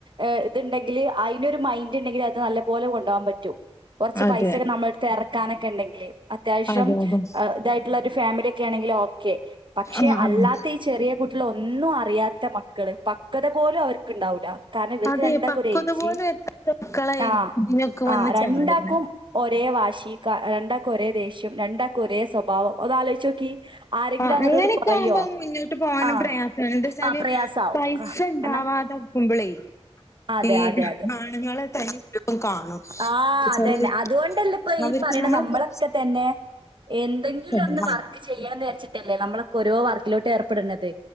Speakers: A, on the right; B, on the left.
A: ഏ ഇതുണ്ടെങ്കില് അയിനൊരു മൈൻഡ് ഇണ്ടെങ്കില് അത് നല്ലപോലെ കൊണ്ടുപോവാൻ പറ്റും കൊറച്ച്
B: അതെ
A: പൈസൊക്കെ നമ്മളടു ഇറക്കാനക്കെയിണ്ടെങ്കില് അത്യാവശ്യം
B: അതെ അതെ
A: ഇതായിട്ടുള്ളരു ഫാമിലിയക്കെ ആണെങ്കില് ഓക്കെ പക്ഷെ
B: ആഹ് ആഹ്
A: അല്ലാത്ത ഈ ചെറിയ കുട്ടിള് ഒന്നും അറിയാത്ത മക്കള് പക്വത പോലും അവർക്ക്ണ്ടാവൂല കാരണം ഇവർക്ക്
B: അതെ
A: രണ്ടാക്കും
B: പക്വത
A: ഒരു ഏജ്
B: പോലും എത്താത്ത മക്കളായിരിക്കും
A: ആഹ്
B: ഇതിനൊക്കെ
A: ആഹ്
B: വന്ന്
A: രണ്ടാക്കും
B: ചാടുന്നെ
A: ഒരേ വാശി രണ്ടാക്കും ഒരേ ദേഷ്യം രണ്ടാക്കും ഒരേ സ്വഭാവം ഒന്നലോചിച്ച് നോക്കി ആരെങ്കിലും
B: ആ
A: അങ്ങോട്ടും
B: അങ്ങനൊക്കാമ്പ
A: ഇങ്ങോട്ടും കുറയോ
B: മുന്നോട്ട് പോവാനും
A: ആഹ്
B: പ്രയാ എന്താ വെച്ചാല്
A: ആഹ് പ്രയാസാവും
B: പൈസണ്ടാവാതെ
A: ക- കാരണം
B: നിക്കുമ്പളെ
A: അതെ
B: ഈ
A: അതെ അതെ
B: ആണുങ്ങളെ തനി <unintelligible> കാണും
A: ആഹ്
B: എന്താ വെച്ചാല്
A: അതന്നെ അതൊണ്ടല്ലേ ഇപ്പൊ ഈ
B: അവർക്ക്
A: പറയണ
B: നമ്മള്
A: നമ്മളക്കെ തന്നെ എന്തെങ്കിലൊന്ന്
B: ചെലവാണ്
A: വർക്ക് ചെയ്യണന്ന് വെച്ചിട്ടില്ലേ നമ്മളക്ക ഓരോ വർക്കിലോട്ട് ഏർപ്പെടുന്നത്